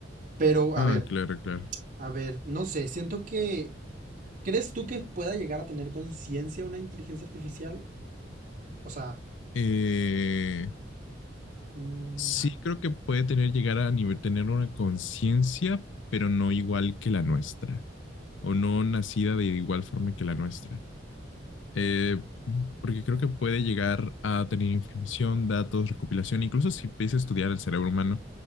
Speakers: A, on the right (about 45°); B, on the left (about 75°).
A: pero
B: Ah,
A: a ver,
B: claro, claro.
A: a ver, no sé, siento que, ¿crees tú que pueda llegar a tener conciencia una inteligencia artificial? O sea,
B: Eh,
A: mm,
B: Sí creo que puede tener, llegar a nivel, tener una conciencia, pero no igual que la nuestra, o no nacida de igual forma que la nuestra. Eh, porque creo que puede llegar a tener información, datos, recopilación, incluso si empieza a estudiar el cerebro humano,